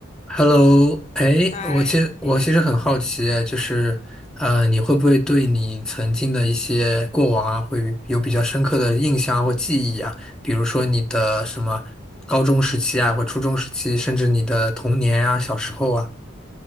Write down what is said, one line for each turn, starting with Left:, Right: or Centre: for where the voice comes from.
Centre: Hello，哎，
Left: 嗨，
Centre: 我其实我其实很好奇，
Left: 嗯嗯
Centre: 就是，呃，你会不会对你曾经的一些过往啊，会有比较深刻的印象啊或记忆啊？比如说你的什么高中时期啊，或初中时期，甚至你的童年啊，小时候啊。